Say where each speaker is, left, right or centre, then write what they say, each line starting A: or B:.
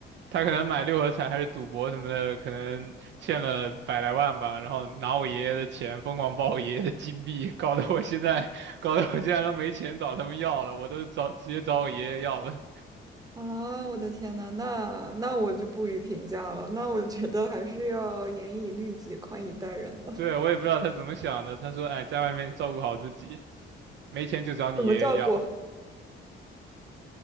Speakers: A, on the right; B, on the right.
A: 他可能买六合彩还是赌博什么的，可能欠了百来万吧，然后拿我爷爷的钱疯狂爆我爷爷的金币，搞得我现在 <laughs> 搞得我现在都没钱找他们要了，我都找直接找我爷爷要了。
B: <laughs> 啊，我的天呐，那那我就不予评价了。那我觉得还是要严以律己，宽以待人的，
A: 对，我也不知道他怎么想的，他说哎，在外面照顾好自己，没钱就找你爷爷要。
B: 怎么照顾？